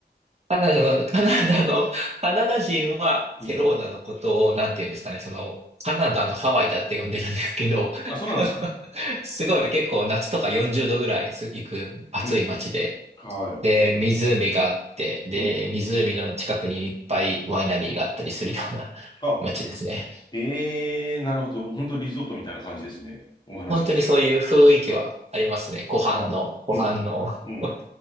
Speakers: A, on the right; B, on the left.
A: カナダの、カナダの、カナダ人はケローナのことをなんて言うんですかね、
B: うん。
A: その、カナダのハワイだって呼んでるんですけど、
B: あ、そうなんですか。
A: <laughs> すごい結構夏とか40度ぐらいす行く暑い街で、
B: うん。はい。
A: で、湖があって、で、
B: うん。
A: 湖の近くにいっぱいワイナリーがあったりするような <laughs>
B: あ、
A: 街ですね。
B: ええー、なるほど。本当リゾートみたいな感じですね。お話聞く。
A: 本当にそういう雰囲気はありますね。湖畔の、
B: あ、
A: 湖畔の
B: うん。うん。
A: <laughs>